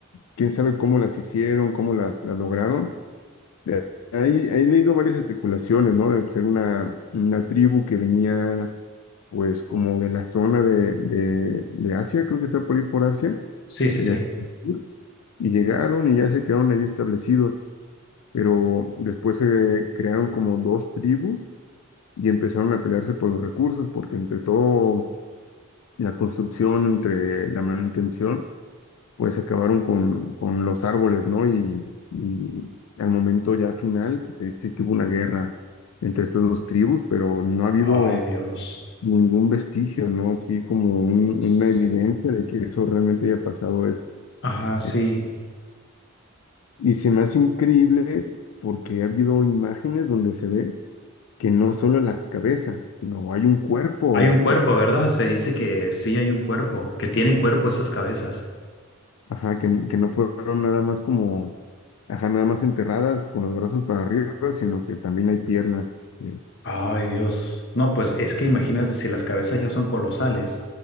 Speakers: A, on the left; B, on the left.
A: quién sabe cómo las hicieron, cómo las, las lograron, De ahí, ahí he leído varias especulaciones, ¿no? De ser una, una tribu que venía, pues, como de la zona de, de, de Asia, creo que está por ir por Asia,
B: Sí, sí,
A: de
B: sí.
A: hacia el sur, y llegaron y ya se quedaron ahí establecidos, pero después se crearon como dos tribus y empezaron a pelearse por los recursos, porque entre todo, la construcción, entre la manutención, pues acabaron con, con los árboles, ¿no? Y, y al momento ya final pues, se dice que hubo una guerra entre estas dos tribus, pero no ha habido
B: Ay, Dios.
A: ningún vestigio, ¿no? Así como un-
B: Sí.
A: una evidencia de que eso realmente haya pasado es,
B: Ajá, sí.
A: es- Y se me hace increíble porque ha habido imágenes donde se ve que no solo es la cabeza, sino hay un cuerpo
B: Hay
A: detrás,
B: un cuerpo, ¿verdad? Se dice que sí hay un cuerpo, que tienen cuerpo esas cabezas.
A: Ajá, que, n- que no fueron nada más como, ajá, nada más enterradas con los brazos para arriba, sino que también hay piernas. que-
B: Ay, Dios. No, pues es que imagínate, si las cabezas ya son colosales,